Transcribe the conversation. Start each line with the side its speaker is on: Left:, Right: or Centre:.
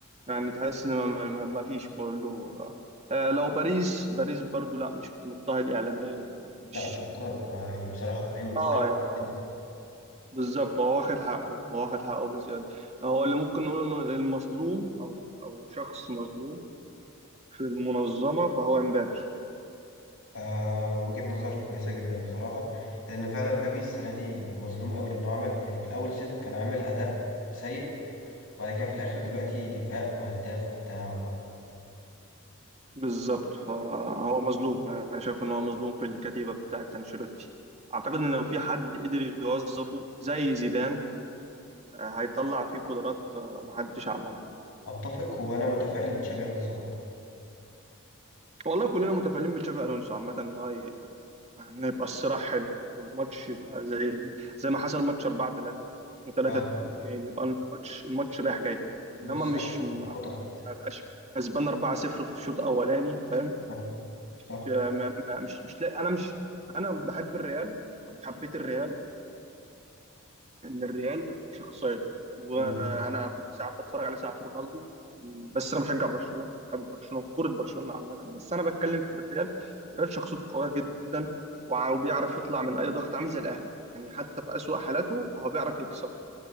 Right: يعني تحس ان ما ما- ما فيش كله آه. آه، لو باريس باريس برضو لا مش مضطهد اعلاميا ومش
Left: لا مش مقتنع يعني بصراحة طالعين بالسما
Right: اه يعني
Left: ديمبلي
Right: آه، بالظبط هو واخد حقه هو واخد حقه بزياده هو اللي ممكن نقول انه المظلوم او او شخص مظلوم في المنظمه فهو امبابي
Left: آه وجهة نظر كويسة جدا بصراحة لأن فعلا مبابي السنة دي مظلوم قوي لأنه عمل يعني في الأول السيزون كان عامل أداء سيء وبعد كده في الآخر دلوقتي فاق وهداف وبتاع
Right: بالظبط فهو مظلوم انا شايف ان هو مظلوم في الكتيبه بتاعت انشيلوتي اعتقد ان لو في حد قدر يوظفه زي زيدان آه، هيطلع فيه قدرات آه، محدش عملها
Left: فأتفق وأنا متفائل بتشابي ألونسو عامة
Right: والله كلنا متفائلين بتشافي الونسو عامة ان هو ي- ان يبقى الصراع حلو والماتش يبقى زي زي ما حصل ماتش 4 3 و3
Left: اه
Right: 2 يبقى الماتش الماتش رايح جاي
Left: بالظبط
Right: انما مش
Left: يبقى
Right: ما
Left: في متعة
Right: يبقاش كسبان 4 0 في الشوط الاولاني فاهم
Left: آه، صح
Right: مش ما- ما- مش مش لا- انا مش انا بحب الريال حبيت الريال ان الريال شخصيه وانا
Left: مم.
Right: كنت ساعات بتفرج على ساعات رونالدو بس انا بشجع برشلونه حابب برشلونه كره برشلونه عامه بس انا بتكلم في الريال الريال شخصيته قويه جدا وع- وبيعرف يطلع من اي ضغط عامل زي الاهلي يعني حتى في اسوأ حالاته هو بيعرف يكسب